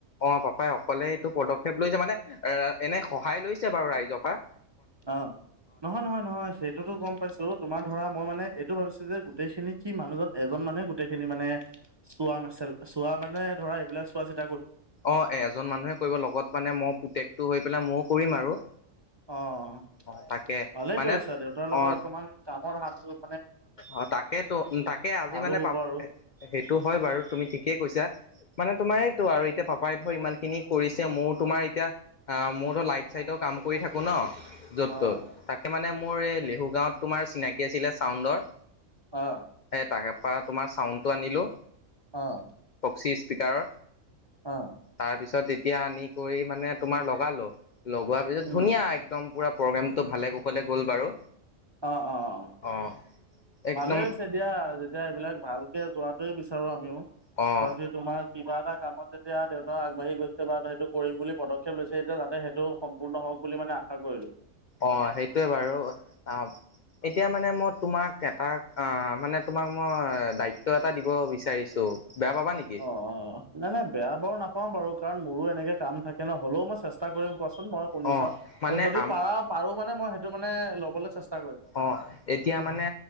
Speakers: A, on the left (about 60°); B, on the right (about 25°).
A: অ', পাপাই অকলে এইটো পদক্ষেপ লৈছে মানে এ এনে সহায় লৈছে বাৰু ৰাইজৰ পা।
B: অহ, নহয়- নহয় -নহয় সেইটোতো গম পাইছো তোমাৰ ধৰা মই মানে এইটো ভাবিছো যে গোটেই খিনি কি মানুহজন এজন মানুহে গোটেই খিনি মানে চোৱা মেচেল চোৱা মানে ধৰা এইবিলাক চোৱা- চিত
A: অহ, এজন মানুহে কৰিব লগত মানে মই পুতেকটো হৈ পেলাই ময়ো কৰিম আৰু।
B: অহ,
A: অ তাকে
B: ভালেই
A: মানে
B: কৰিছা দেউতাৰ লগত
A: অ
B: অকমান কামৰ হাতবোৰ
A: অ', তাকে তো তাকে আজি
B: ভালো
A: মানে
B: হ'ব
A: পাব
B: আৰু
A: সেইটো হয় বাৰু তুমি ঠিকেই কৈছা। মানে তোমাৰ এইটো আৰু এতিয়া পাপাই ধৰ ইমান খিনি কৰিছে মোৰ তোমাৰ এতিয়া আ মোৰতো লাইট চাইডৰ কাম কৰি থাকোঁ ন'। য'ত -ত'ত
B: অ',
A: তাকে মানে মোৰ এই লেহু গাঁৱত তোমাৰ চিনাকি আছিলে চাউণ্ডৰ
B: অ',
A: এ তাকে পা তোমাৰ চাউণ্ডটো আনিলো।
B: অ',
A: চি স্পিকাৰৰ
B: অ',
A: তাৰপিছত এতিয়া আনি কৰি মানে তোমাৰ লগালো। লগোৱাৰ পিছত
B: উম,
A: ধুনীয়া একদম পুৰা প্ৰগ্ৰেমটো ভালে কুশলে গ'ল বাৰু।
B: অ', অ', অ',
A: অ', একদম
B: ভালে হৈছে দিয়া যেতিয়া এইবিলাক ভালকে যোৱাটোৱেই বিচাৰো আমিও।
A: অ',
B: বাকী তোমাৰ কিবা এটা কামত যেতিয়া দেউতা আগবাঢ়ি গৈছে বা সেইটো কৰিম বুলি পদক্ষেপ লৈছে তেতিয়া যাতে টো সম্পূৰ্ণ হওক বুলি মানে আশা কৰিলো।
A: অ সেইটোয়ে বাৰু অ এতিয়া মানে মই তোমাক এটা আহ মানে তোমাক মই দায়িত্ব এটা দিব বিচাৰিছো। বেয়া পাবা নেকি
B: অ অ নাই নাই বেয়া বাৰু নাপাও বাৰু কাৰণ মোৰো এনেকে কাম থাকে ন। হলেও মই চেষ্টা কৰিম কচোন মই শুনি
A: অ
B: চাওঁ
A: মানে
B: যদি
A: আম
B: পাৰা পাৰো মানে মই সেইটো। মানে ল'বলৈ চেষ্টা কৰিম।
A: অ এতিয়া মানে